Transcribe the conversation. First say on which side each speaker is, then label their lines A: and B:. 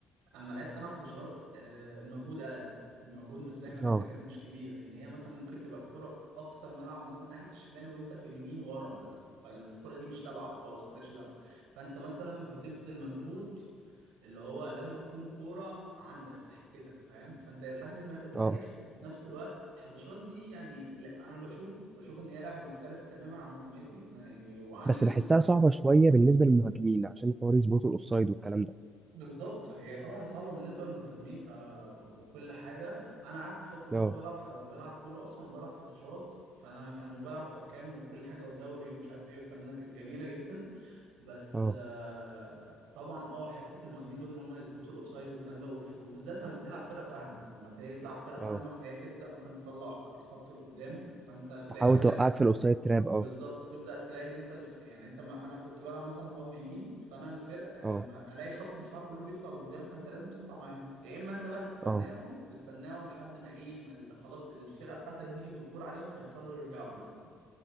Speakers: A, on the right (about 75°); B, on the right (about 30°).
A: أما لعبت أنا حداشرات آه، المجهود أقل المجهود مش زي ما أنت
B: اه
A: فاكر مش كبير إن هي مثلا ممكن تبقى الكورة في أقصى الملعب مثلا ناحية الشمال وأنت في اليمين ورا مثلا فالكورة دي مش تبعك خالص مالكش دعوة فأنت مثلا بتبذل مجهود اللي هو لما تكون كورة عندك في حتتك فاهم فانت لحد ما بتريح
B: اه
A: وفي نفس الوقت الحداشرات دي يعني لا، انا بشوف بشوف ان هي لعبة مختلفة تماما عن الخماسي ما يعني وعن
B: بس
A: ال...
B: بحسها صعبة شوية بالنسبة للمهاجمين عشان حوار يظبطوا الاوفسايد والكلام ده
A: بالظبط هي طبعا صعبة بالنسبة للمهاجمين تا- وكل حاجة انا قعدت فترة برضو
B: اه
A: بلعب ح- بلعب كورة اصلا وبلعب حداشرات فانا كان بلعب حكام وكل حاجة ودوري ومش عارف ايه والكلام ده كانت جميلة جدا بس
B: اه
A: آه، طبعا اه حته المهاجمين دول ان هم يظبطوا الاوفسايد والكلام ده وف- وبالذات لما تلعب فرقه فاهمه لما ت- تلعب فرقه فاهمه
B: اه
A: فهي تبدا مثلا تطلع خ- الخط لقدام فانت تلاقي
B: تحاول
A: نفسك
B: توقعك في الاوفسايد تراب اه
A: بالظبط تبدا تلاقي ان انت الف... يعني انت ما... انا كنت بلعب مثلا هاف يمين فانا الفرق
B: اه
A: لما الاقي خط الدفاع كله بيطلع لقدام فانت لازم تطلع معاهم يا اما انت بقى تستناهم
B: اه
A: تستناهم لحد ما ايه ما ال- خلاص الفرقه بتاعتك دي بالكوره عليهم فيضطروا يرجعوا مثلا